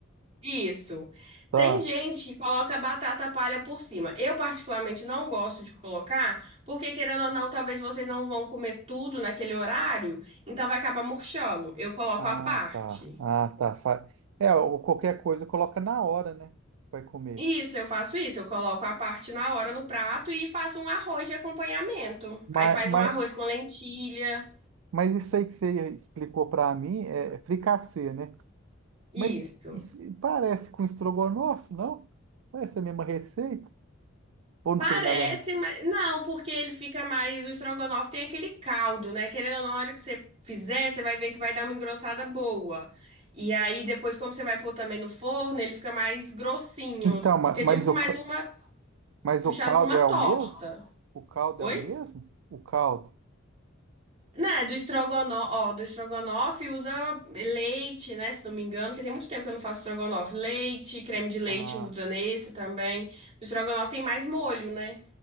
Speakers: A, on the right (about 30°); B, on the right (about 85°).
A: Isso.
B: Tá.
A: Tem gente que coloca batata palha por cima. Eu, particularmente, não gosto de colocar, porque, querendo ou não, talvez vocês não vão comer tudo naquele horário, então vai acabar murchando. Eu coloco
B: Ah,
A: à parte.
B: tá. Ah, tá. Fa- É, ou qualquer coisa coloca na hora, né? Você vai comer.
A: Isso, eu faço isso. Eu coloco a parte na hora no prato e faço um arroz de acompanhamento.
B: Mas,
A: Aí faz
B: mas,
A: um arroz com lentilha.
B: mas isso aí que você explicou para mim é é fricassê, né?
A: Isso.
B: Mas isso parece com estrogonofe, não? Parece a mesma receita? Ou
A: Parece,
B: não tem nada a ver?
A: mas não, porque ele fica mais. O estrogonofe tem aquele caldo, né? Querendo ou não, na hora que você fizer, você vai ver que vai dar uma engrossada boa. E aí depois, como você vai pôr também no forno, ele fica mais grossinho.
B: Então,
A: Fica
B: ma- mas,
A: tipo mais
B: o, ca-
A: uma.
B: mas
A: Puxado
B: o caldo
A: pra uma
B: é
A: torta.
B: o mesmo? O caldo
A: Oi?
B: é o mesmo? O caldo.
A: Né, do estrogonofe, ó, do estrogonofe usa leite, né, se não me engano, que tem muito tempo que eu não faço estrogonofe. Leite, creme de leite
B: Ah,
A: usa nesse também. No estrogonofe tem mais molho, né?